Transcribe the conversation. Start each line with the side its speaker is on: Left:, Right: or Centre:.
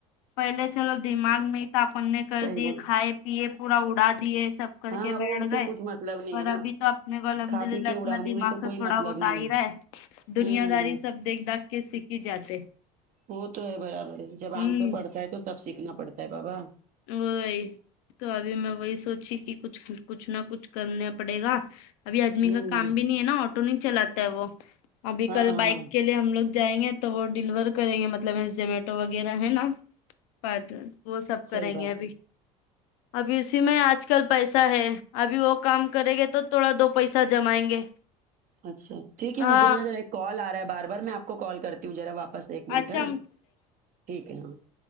Left: پہلے چلو دماغ نہیں تھا اپن کر
Right: صحیح
Left: دیے
Right: بول
Left: کھائے پیے پورا اڑا دیے سب کر
Right: ہاں
Left: کے
Right: وہ
Left: بیٹھ
Right: تو
Left: گئے
Right: کچھ مطلب نہیں
Left: اور
Right: ہے نا
Left: ابھی تو اپنے کو الحمد
Right: کھا
Left: للہ
Right: پی کے اڑانے
Left: اتنا دماغ
Right: میں
Left: تو
Right: کوئی
Left: تھوڑا
Right: مطلب
Left: بہت
Right: نہیں
Left: آئ رہا ہے دنیا
Right: ہوں ہوں
Left: داری سب دیکھ داکھ کے سیکھی جاتے
Right: وہ تو ہے برابر ہے جب انگ
Left: ہوں
Right: پہ پڑتا ہے تو تب سیکھنا پڑتا ہے بابا
Left: وہی تو ابھی میں وہی سوچی کہ کچھ کچھ نہ کچھ کرنا پڑے گا ابھی آدمی
Right: ہوں
Left: کا کام بھی نہیں ہے نا آٹو نہیں چلاتا ہے وہ ابھی
Right: ہاں
Left: کل بائک
Right: ہاں
Left: کے لیے ہم لوگ جائیں گے تو وہ ڈیلیور کریں گے مطلب زومیٹو وغیرہ ہے نا پارسل وہ سب کریں
Right: صحیح بات
Left: گے ابھی
Right: ہے
Left: ابھی اسی میں آج کل پیسہ ہے ابھی وہ کام کرے گے تو تھوڑا دو پیسہ جمائیں گے
Right: اچھا ٹھیک ہے
Left: ہاں
Right: مجھے نظر ایک کال آ رہا ہے بار بار میں آپ کو کال کرتا تم جرا واپس ایک منٹ
Left: اچھا
Right: ہاں ٹھیک ہے ہاں